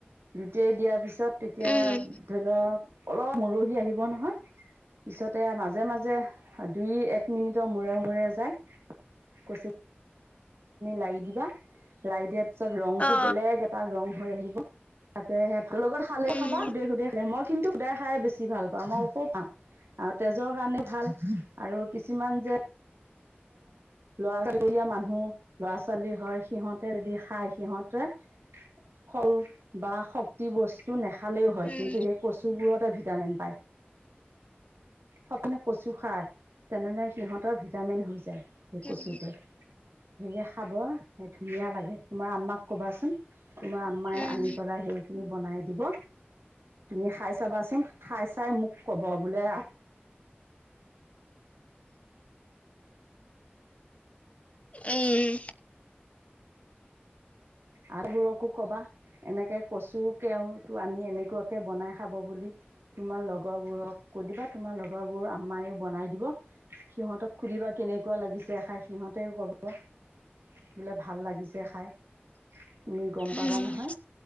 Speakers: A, on the right; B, on the left.
A: লোটিয়াই দিয়াৰ পিছত তেতিয়া
B: উম
A: ধৰি লওক অলপ মৰহি আহিব নহয় পিছতে মাজে মাজে দুই এক মিনিটৰ মূৰে মূৰে যায় কচু লাৰি দিবা লাই দিয়াৰ তাৰপিছত ৰং টো
B: অ
A: বেলেগ এটা ৰং হৈ আহিব তাকেহে লগত খালে
B: উম
A: খাবা সুদে সুদে খালে মই কিন্তু খুদাই খাই বেছি ভাল পাওঁ মই ও পাওঁ আৰু তেজৰ কাৰণে ভাল আৰু কিছুমান যে লৰা ছোৱালী মানুহ লৰা ছোৱালী হয় সিহঁতে যদি খায় সিহঁতে ফল বা শক্তি বস্তু নেখায় ভালেও হয়
B: উম
A: কিন্তু সেই কচুবোৰতে ভিটামিন পায় সপিনে কচু খায় তেনেলে সিহঁতৰ ভিটামিন যে সেই কছোতে
B: উম
A: সেয়ে খাব সে ধুনীয়া লাগে তোমাৰ আম্মাক কবাচোন তোমাৰ আম্মাই
B: উম
A: আনি পেলাই সেই বনাই দিব তুমি খাই চাবাচোন! খাই চাই মোক কব বোলে
B: উম!
A: আবোৰকো কবা এনেকে কৈছোঁ কেও ত আনি এনেকুৱাকে বনাই খাব বুলি তোমাৰ লগৰবোৰক কৈ দিবা তোমাৰ লগৰবোৰ আম্মাযয়ে বনাই দিব। সিহঁতক সুধিবা কেনেকুৱা লাগিছে খাই! সিহঁতেও কব বোলে ভাল লাগিছে খাই। তুমি গম পাবা
B: উম
A: নহয়,